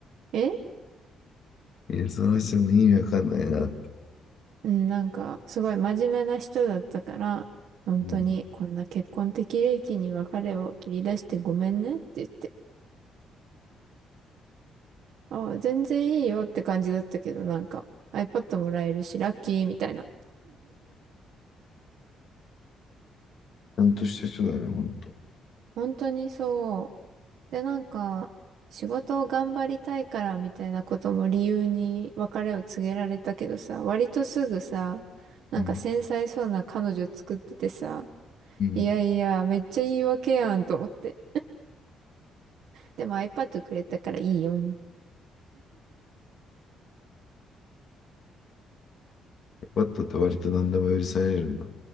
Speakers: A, on the right; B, on the left.
A: え
B: いや、その話も意味わかんないなって。
A: うん、なんか、すごい真面目な人だったから、本当に、
B: うん、ち
A: こんな結婚的利益に別れを切り出してごめんねって言って。あ、全然いいよって感じだったけど、なんか iPad もらえるし、ラッキーみたいな。
B: ゃんとした人だね、ほんと。
A: 本当にそう。で、なんか、仕事を頑張りたいからみたいなことも理由に別れを告げられたけどさ、割とすぐさ、なんか繊細そうな彼女作っててさ、
B: うん。うん。
A: いやいや、めっちゃ言い訳やんと思って。でも iPad くれたからいいよん。
B: バッ d って割と何でも許されるんだ。